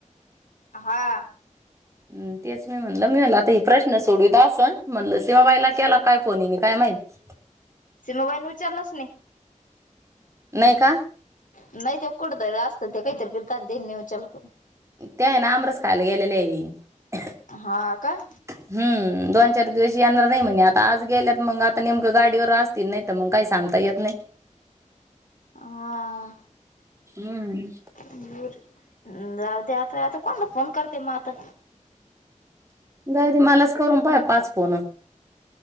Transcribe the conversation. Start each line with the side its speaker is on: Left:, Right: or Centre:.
Left: हा.
Right: हम तेच मी म्हणल, मी म्हणलं आता ही प्रश्न सोडवीत आसन, म्हणल सीमाबाईला केला काय फोन हिने काय माहित?
Left: सिमाबाईन विचारलच नाही.
Right: नाही का
Left: नाही त्या कुठतरी असतात, त्या काहीतरी पण करतात. ह्यानी विचारलं पूर्ण.
Right: ते आहे ना आमरस खायला गेलेले आहे.
Left: हा काय?
Right: हम्म दोन, चार दिवस येणार नाही म्हणे आता आज गेल्यात मग आता नेमकं गाडीवर असतील नाही तर मग काही सांगता येत नाही.
Left: हा
Right: हम्म
Left: दूर जाऊ द्यात. तर आता कोणला फोन करते मग आता?
Right: जाऊ दे मलाच करून पाह् पाच फोन.